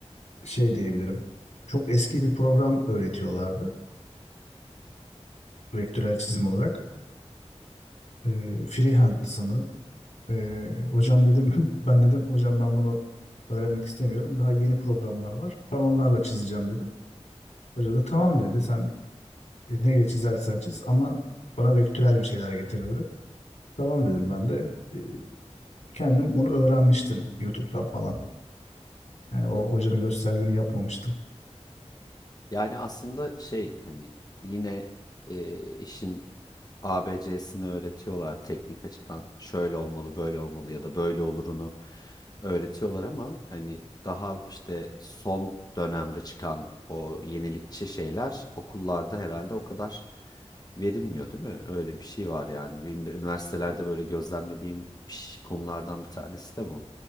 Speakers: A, on the left; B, on the left.
A: şey diyebilirim. Çok eski bir program öğretiyorlardı. Vektörel çizim olarak. Ee, Freehand sanırım. Ee, hocam dedim <laughs> ben dedim hocam ben bunu öğrenmek istemiyorum. Daha yeni programlar var. Ben onlarla çizeceğim dedim. Hoca da tamam dedi. Sen e, neyle çizersen çiz ama bana vektörel bir şeyler getir dedi. Tamam dedim ben de. Ee, kendim onu öğrenmiştim YouTube'dan falan. Yani o
B: Y-
A: hocanın gösterdiğini yapmamıştım.
B: Yani aslında şey hani yine e, işin A B C'sini öğretiyorlar teknik açıdan. Şöyle olmalı, böyle olmalı ya da böyle olurunu öğretiyorlar ama hani daha işte son dönemde çıkan o yenilikçi şeyler okullarda herhalde o kadar verilmiyor değil mi? Öyle bir şey var yani. Benim de üniversitelerde böyle gözlemlediğim ş- konulardan bir tanesi de bu.